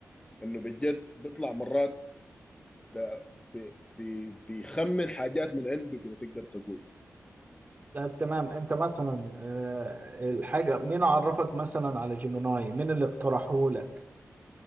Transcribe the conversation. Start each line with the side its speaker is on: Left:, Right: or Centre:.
Left: انه بجد بيطلع مرات ب- ب- ب- بيخمن حاجات من عنده كده تقدر تقول
Right: طب تمام انت مثلا آه، الحاجة مين عرفك مثلا على جيميناي مين اللي اقترحه لك